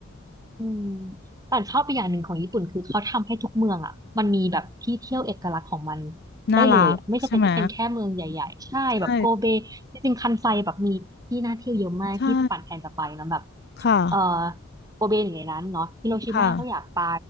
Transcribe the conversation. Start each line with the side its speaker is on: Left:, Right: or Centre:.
Right: อืมแต่ชอบไปอย่างหนึ่งของญี่ปุ่นคือเขาทำให้ทุกเมืองอ่ะมันมีแบบที่เที่ยวเอกลักษณ์ของมัน
Left: น่ารักใช่ไหม
Right: ได้เลยอ่ะไม่จำเป็นต้องเป็นแค่เมืองใหญ่ๆ ใช่แบบโกเบจริงๆคันไซแบบมีที่น่าเที่ยวเยอะมากที่ปั่นแผนจะไปเนอะแบบ
Left: ใช่ใช่ค่ะ
Right: เออโกเบอยู่ในนั้นเนาะฮิโรชิมาก็อยากไป
Left: ค่ะ